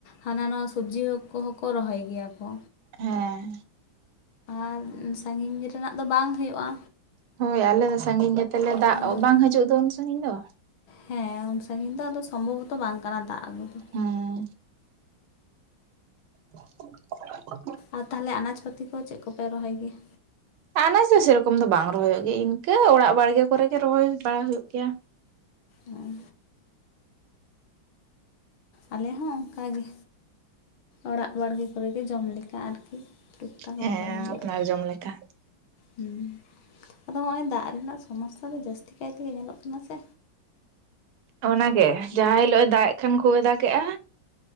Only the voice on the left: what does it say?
ᱦᱟᱱᱟ ᱱᱟᱣᱟ ᱥᱚᱵᱡᱤ ᱦᱚᱸ ᱠᱚᱦᱚᱸᱠᱚ ᱨᱚᱦᱚᱭ ᱜᱮᱭᱟ ᱠᱚ?
ᱟᱨ ᱥᱟᱹᱜᱤᱧ ᱨᱮᱱᱟᱜ ᱫᱚ ᱵᱟᱝ ᱦᱳᱭᱳᱜ-ᱟ᱾
ᱦᱮᱸ
ᱦᱮᱸ ᱩᱱ ᱥᱟᱹᱜᱤᱧ ᱫᱚ ᱟᱫᱚ ᱥᱚᱢᱵᱷᱚᱵᱚᱛᱚ ᱵᱟᱝ ᱠᱟᱱᱟ ᱫᱟᱜ ᱟᱹᱜᱩ ᱫᱚ᱾
ᱟᱨ ᱛᱟᱦᱟᱞᱮ ᱟᱱᱟᱡᱽ ᱯᱟᱹᱛᱤ ᱠᱚ ᱪᱮᱫ ᱠᱚᱯᱮ ᱨᱚᱦᱚᱭ ᱜᱮᱭᱟ?
ᱦᱩᱸ ᱟᱞᱮ ᱦᱚᱸ ᱚᱝᱠᱟ ᱜᱮ ᱚᱲᱟᱜ ᱵᱟᱲᱜᱮ ᱠᱚᱨᱮᱜ ᱜᱮ ᱡᱚᱢ ᱞᱮᱠᱟ ᱟᱨᱠᱤ᱾ ᱴᱩᱠ ᱴᱟᱠ
ᱨᱚᱦᱚᱭ ᱦᱩᱭᱩᱜᱼᱟ
ᱦᱩᱸ ᱟᱫᱚ ᱦᱚᱸᱜᱚᱭ ᱫᱟᱜ ᱨᱮᱱᱟᱜ ᱥᱳᱢᱳᱥᱥᱟ ᱫᱚ ᱡᱟᱹᱥᱛᱤ ᱠᱟᱭ ᱛᱮᱜᱮ ᱧᱮᱞᱚᱜ ᱠᱟᱱᱟ ᱥᱮ᱾